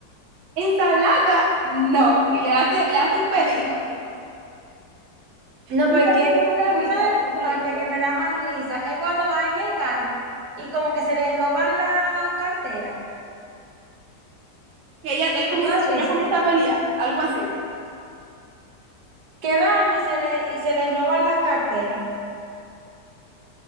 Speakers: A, on the right; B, on the right.
A: Ensalada, no, y le hace, le hace un pedido.
B: no,
A: ¿Tú
B: porque
A: sabes qué me da
B: una
A: risa
B: de las
A: de esta película?
B: partes que me da más risa es cuando va en el carro y como que se les roban la cartera.
A: Que ella, él comienza,
B: ¿Tú has visto?
A: ella comienza a pelear, algo así.
B: Que van y se le, y se les roban la cartera.